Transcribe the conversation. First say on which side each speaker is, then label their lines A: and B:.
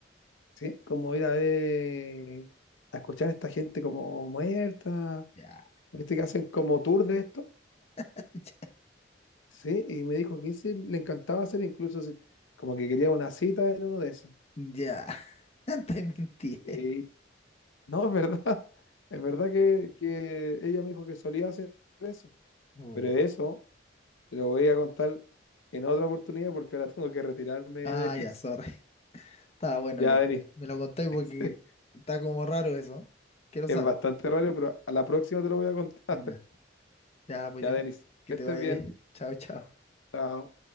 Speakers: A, on the left; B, on the left.
A: ¿sí? Como ir a ver, a escuchar a esta gente como muerta,
B: Ya,
A: ¿viste? Que hacen como tour de esto,
B: <laughs>
A: ¿sí? Y me dijo que ese le encantaba hacer, incluso si- como que quería una cita en uno de esos.
B: ya, <laughs> te mentí.
A: Sí. No, es verdad. <laughs> Es verdad que, que ella me dijo que solía hacer eso.
B: Oh.
A: Pero eso te lo voy a contar en otra oportunidad porque ahora tengo que retirarme, <laughs>
B: Ah,
A: Denis.
B: ya, sorry. Está bueno
A: Ya,
B: ya.
A: Denis.
B: Me lo contáis porque
A: <laughs>
B: está como raro eso. Quiero
A: Es
B: saber.
A: bastante raro, pero a la próxima te lo voy a contar.
B: Ya.
A: <laughs>
B: Ya, pues
A: Ya,
B: yo,
A: Denis.
B: que
A: Que
B: te
A: estés
B: vaya
A: bien.
B: bien. <laughs> Chao, chao.
A: Chao.